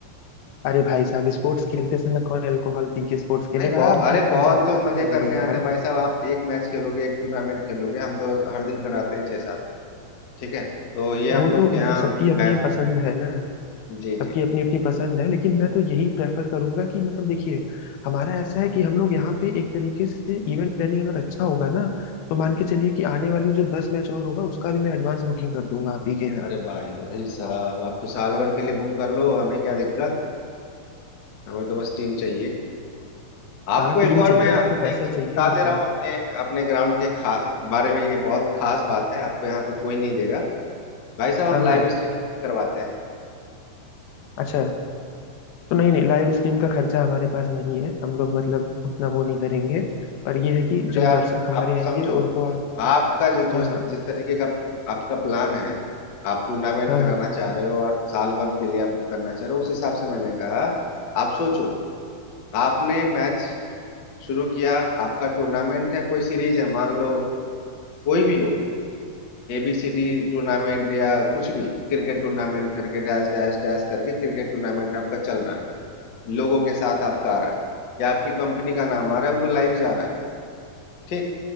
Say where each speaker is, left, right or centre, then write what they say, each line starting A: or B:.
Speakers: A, on the left (about 85°); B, on the left (about 55°).
A: अरे भाई साहब स्पोर्ट्स खेलते समय कौन अल्कोहल पी के स्पोर्ट्स खेलेगा
B: नहीं बहुत
A: आप
B: अरे
A: भी
B: बहुत
A: गजब
B: लोग
A: बात
B: मजे
A: कर
B: करने
A: रहे हैं
B: आते
A: यार
B: हैं भाई साहब आप एक मैच खेलोगे एक टूर्नामेंट खेलोगे हम तो हर दिन कराते हैं छह सात ठीक है तो ये हम
A: वो
B: लोग
A: तो
B: के यहाँ
A: मतलब सबकी अपनी
B: बैन है
A: पसंद है ना
B: जी
A: सबकी
B: जी
A: अपनी अपनी पसंद है लेकिन मैं तो यही प्रेफर करूंगा कि मतलब देखिए हमारा ऐसा है कि हम लोग यहाँ पे एक तरीके से इवेंट प्लानिंग अगर अच्छा होगा ना तो मान के चलिए कि आने वाली जो दस मैच और होगा उसका भी मैं एडवांस बुकिंग कर दूंगा आप ही के यहाँ
B: अरे भाई भाई साहब आप तो साल भर के लिए बुक कर लो हमें क्या दिक्कत हमें तो बस टीम चाहिए आपको
A: हाँ
B: एक
A: टीम
B: और
A: चाहिए
B: मैं
A: आपको पैसा
B: एक चीज
A: चाहिए
B: बता
A: और
B: दे
A: क्या
B: रहा हूँ अपने अपने ग्राउंड के खा, बारे में ये बहुत खास बात है आपको यहाँ पे कोई नहीं देगा भाई साहब हम
A: हाँ
B: लाइव
A: हाँ
B: स्ट्रीमिंग भी करवाते हैं
A: अच्छा तो नहीं नहीं लाइव स्ट्रीम का खर्चा हमारे पास नहीं है हम लोग मतलब उतना वो नहीं करेंगे पर यह है कि
B: अरे
A: जो
B: आप
A: दर्शक हमारे
B: आप
A: आएंगे
B: समझो
A: उनको आप
B: आपका जो जो
A: हाँ हाँ
B: जिस तरीके का आपका प्लान है आप टूर्नामेंट
A: हाँ
B: कराना
A: हाँ
B: चाह रहे हो और साल भर के लिए आप बुक करना चाह रहे हो उस हिसाब से मैंने कहा आप सोचो आपने मैच शुरू किया आपका टूर्नामेंट है कोई सीरीज है मान लो कोई भी हो एबीसीडी टूर्नामेंट या कुछ भी क्रिकेट टूर्नामेंट करके डैश डैश डैश करके क्रिकेट टूर्नामेंट आपका चल रहा है लोगों के साथ आपका आ रहा है या आपकी कंपनी का नाम आ रहा है वो लाइव जा रहा है ठीक